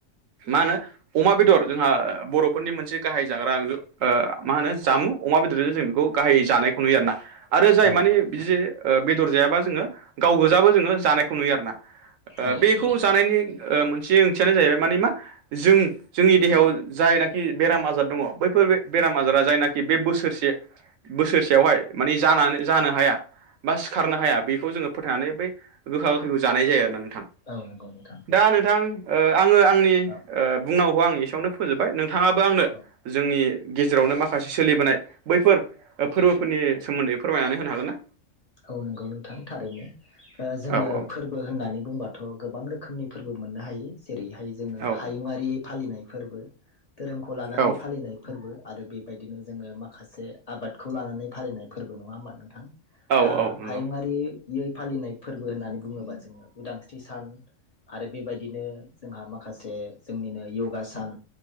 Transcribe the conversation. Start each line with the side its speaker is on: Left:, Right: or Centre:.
Right: मा होनो अमा बेदर जोंहा बर'फोरनि मोनसे गाहाय जाग्रा ओ मा होनो जामु अमा बेदरजों जों बेखौ गाहाय जानायखौ नुयो आरो ना जाय
Left: औ
Right: मानि
Left: नंगौ नोंथां
Right: बिदि ओ बेदर जायाबा जोङो गाव गोजाबो जोङो जानायखौ नुयो आरोना ओ
Left: औ
Right: बेखौ
Left: नंगौ
Right: जानायनि ओ मोनसे ओंथियानो जाहैबाय माने मा जों जोंनि देहायाव जायनाखि बेराम आजार दङ' बैफोर बेराम आजारा जायनाखि बे बोसोरसे बोसोरसेयावहाय माने जानानै जानो हाया बा सिखारनो हाया बेखौ जोङो फोथायनानै बै गोखा गोखैखौ जानाय जायो आरो ना थां
Left: औ नंगौ नोंथां
Right: दा नोंथां ओ आङो आंनि
Left: औ
Right: ओ बुंनांगौ आं एसेयावनो फोजोबबाय नोंथाङाबो आंनो
Left: औ
Right: जोंनि गेजेरावनो माखासे सोलिबोनाय बैफोर फोरबोफोरनि सोमोन्दै फोरमायनानै होनो हागोन ना?
Left: औ नंगौ नोंथां थारैनो ओ जोङो
Right: औ औ
Left: फोर बो होननानै बुंबाथ' गोबां रोखोमनि फोरबो मोननो हायो जेरैहाय जोङो
Right: औ
Left: हायुङारि फालिनाय फोरबो धोरोमखौ लानानै
Right: औ
Left: फालिनाय फोरबो आरो बेबायदिनो जोङो माखासे आबादखौ लानानै फालिनाय फोरबो नङा होमबा नोंथां?
Right: औ
Left: दा
Right: औ नंगौ
Left: हायुङारि यै फालिनाय फोरबो होननानै बुङोबा जोङो उदांस्रि सान आरो बेबायदिनो जोंहा माखासे जोंनिनो यगा सान